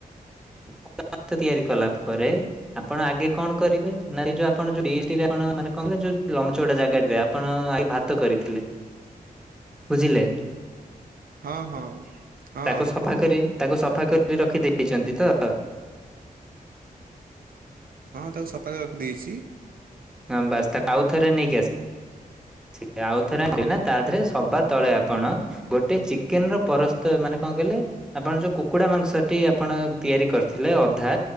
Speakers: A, in the centre; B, on the right (about 75°).
A: <unintelligible> ମା ତିଆରି କଲା ପରେ ଆପଣ ଆଗେ କଣ କରିବେ ନା ଯୋଉ ଆପଣ <unintelligible> <unintelligible> ମେ କଣ ଯୋଉ ଲମ୍ବା ଚଉଡା ଜାଗା ରେ ଆପଣ ଆଗେ ଭାତ କରିଥିଲେ। ବୁଝିଲେ
B: ହଁ ହଁ ହଁ।
A: ତାକୁ ସଫା କରି ତାକୁ ସଫା କରି ରଖି ଦେଇଛନ୍ତି ତ?
B: ହଁ ତାକୁ ସଫା କରି ରଖିଦେଇଛି।
A: ହଁ ବାସ୍ ତାକୁ ଆଉ ଥରେ ନେଇକି ଆସିବ। ସେ ଆଉଥରେ ତାଦେହରେ ସବା ତଳେ ଆପଣ ଗୋଟେ ଚିକେନ ର ପରସ୍ତ ମାନେ କଣ? କଣ କହିଲେ ଆପଣ ଯୋଉ କୁକୁଡା ମାଂସଟି ଆପଣ ତିଆରି କରିଥିଲେ ଅଧା